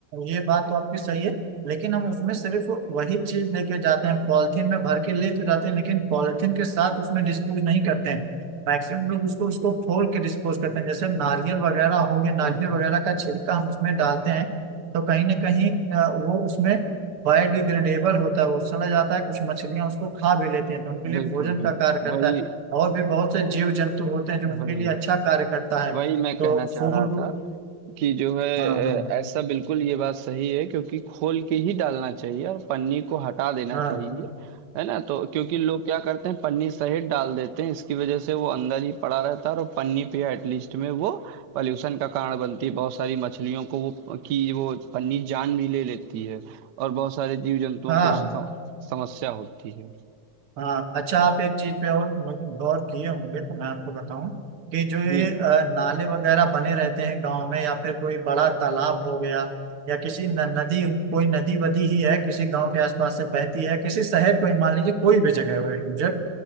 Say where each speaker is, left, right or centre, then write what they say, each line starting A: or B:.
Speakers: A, on the right; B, on the right.
A: ये बात तो आपकी सही है लेकिन हम उसमें सिर्फ वही चीज लेके जाते हैं पॉलिथीन में भर के ले तो जाते हैं लेकिन पॉलिथीन के साथ उसमें डिस्पोज नहीं करते हैं मैक्सिमम लोग उसको उसको फोड़ के डिस्पोज करते हैं जैसे नारियल वगैरह हो गया नारियल वगैरह का छिलका हम उसमें डालते हैं तो कहीं ना कहीं अ, वो उसमें बायोडिग्रेडेबल होता है वो सड़ा जाता है कुछ मछलियां उसको खा भी लेती हैं तो उनके लिए
B: बिल्कुल
A: भोजन का
B: बिल्कुल
A: कार्य करता
B: वही
A: है और भी बहुत से जीव जंतु होते हैं जो उनके
B: वही
A: लिए अच्छा कार्य करता है
B: वही मैं
A: तो
B: कहना चाह
A: फूल
B: रहा था कि जो है
A: हाँ हाँ
B: अ, ऐसा बिल्कुल ये बात सही है क्योंकि खोल के ही डालना चाहिए और पन्नी को हटा देना
A: हाँ
B: चाहिए है ना तो क्योंकि लोग क्या करते हैं पन्नी सहित डाल देते हैं इसकी वजह से वो अंदर ही पड़ा रहता है और पन्नी पे एटलीस्ट में वो पॉल्यूशन का कारण बनती है बहुत सारी मछलियों को वो की वो पन्नी जान भी ले लेती है और बहुत सारे जीव जंतुओं
A: हाँ
B: को
A: हाँ
B: उससे सम- समस्या होती है
A: हाँ अच्छा आप एक चीज पे और गौर किए होंगे तो मैं आपको बताऊं कि जो ये
B: जी
A: अ, नाले वगैरह बने रहते हैं गांव में या फिर कोई बड़ा तालाब हो गया या किसी न, नदी कोई नदी वदी ही है किसी गांव के आसपास से बहती है किसी शहर को ही मान लीजिए कोई भी जगह हो एक गुजर